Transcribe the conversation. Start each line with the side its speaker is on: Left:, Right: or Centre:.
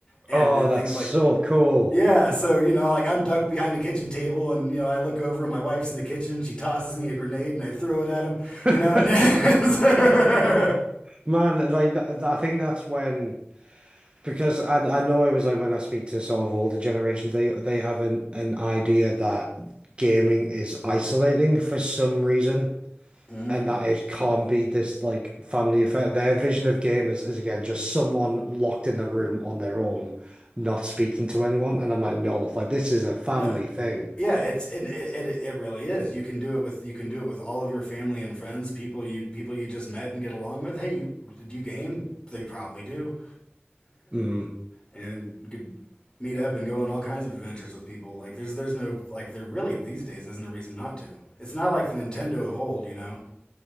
Left: and
Right: Oh,
Left: and
Right: that's
Left: things
Right: so
Left: like
Right: cool.
Left: yeah, so you know, like I'm ducked behind the kitchen table, and you know, I look over, and my wife's in the kitchen. She tosses me a grenade, and I throw it at him.
Right: <laughs>
Left: You know, <laughs>
Right: Man, like th th- I think that's when because I I know it was like when I speak to sort of older generations, they they have an an idea that gaming is isolating for some reason.
Left: Mhm.
Right: and that it can't be this like family affair. Their vision of gamers is again just someone locked in their room on their own, not speaking to anyone. And I'm like, no, like this is a family
Left: no,
Right: thing.
Left: yeah, it's it, it it it really is. You can do it with you can do it with all of your family and friends, people you people you just met and get along with. Hey, you do you game? They probably do,
Right: Mm.
Left: and you could meet up and go on all kinds of adventures with people. Like there's there's no like there really these days isn't a reason not to. It's not like the Nintendo of old, you know.